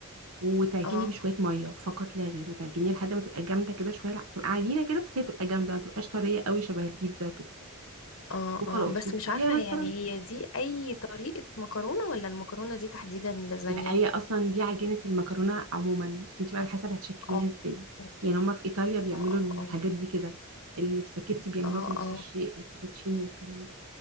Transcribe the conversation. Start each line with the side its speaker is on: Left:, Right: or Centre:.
Right: وتعجني
Left: اه
Right: بشويه ميه فقط لا غير وتعجنيها لحد ما تبقى جامده كده شويه تبقى عجينه كده بس هي تبقى جامده ما تبقاش طريه قوي شبه البيتزا وكده
Left: اه
Right: وخلاص
Left: اه بس
Right: وتسيبيها
Left: مش عارفة
Right: مثلا
Left: يعني هي دي أي طريقة مكرونة ولا المكرونة دي تحديدا لازانيا
Right: لا هي اصلا دي عجينه المكرونه عموما بس انت بقى على حسب هتشكليها
Left: اه
Right: ازاي
Left: اه
Right: يعني هما في ايطاليا بيعملوا
Left: اه
Right: الحاجات
Left: اه
Right: دي كده السباكيتي بيعملوها
Left: اه
Right: بنفس
Left: اه
Right: الشيء الفيتوتشيني والكلام ده